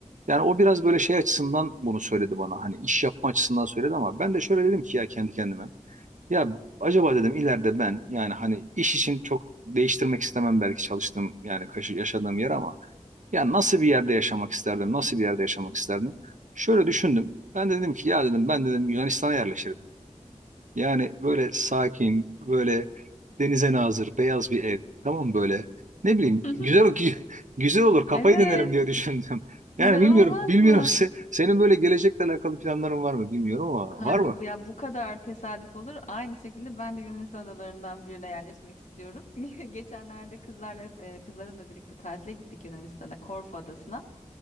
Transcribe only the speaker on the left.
<laughs>
Evet,
güzel
olmaz
mı?
Hay
bu ya bu kadar tesadüf olur. Aynı şekilde ben de Yunanistan adalarından birine yerleşmek istiyorum. <laughs> Geçenlerde kızlarla e, kızlarımla birlikte tatile gittik Yunanistan'a, Korfu adasına.